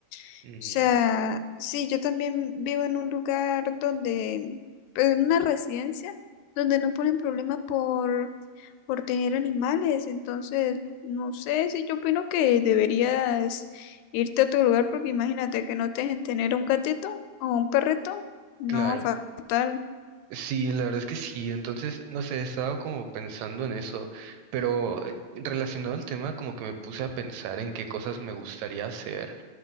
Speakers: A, on the left (about 90°); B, on the right (about 80°).
A: O
B: Mm,
A: sea, sí, yo también vivo en un lugar donde, pues, en una residencia donde no ponen problema por, por tener animales. Entonces, no sé si yo opino que deberías irte a otro lugar porque imagínate que no te dejen tener un gatito o un perrito. No,
B: claro.
A: fatal.
B: Sí, la verdad es que sí. Entonces, no sé, he estado como pensando en eso, pero eh, relacionado al tema, como que me puse a pensar en qué cosas me gustaría hacer.